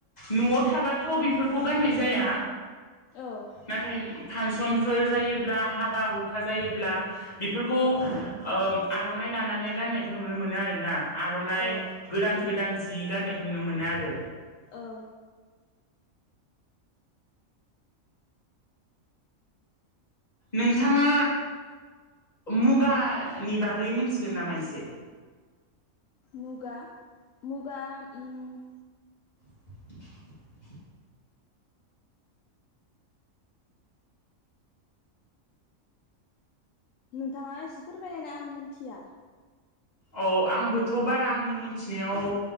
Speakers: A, on the left (about 30°); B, on the left (about 70°).
A: न'आव थाबाथ' बेफोरखौ गाननाय जाया।
B: औ
A: नाथाय फांसनफोर जायोब्ला हाबा हुखा जायोब्ला बेफोरखौ
B: औ
A: ओ आर'नाइ लानानै गाननायखौ नुनो मोनो आरो ना आर'नाइ
B: औ
A: गोदान गोदान
B: उम
A: जि गान्नायखौ नुनो मोनो आरो।
B: औ
A: नोंथाङा मुगानि बागै मोनथिगोन नामा इसे
B: मुगा मुगा ओम
A: <inaudible>
B: नोंथाङा एसे फोरमायलायना आं मोनथिया।
A: औ आंबोथ' बारा आंनि मिथिनायाव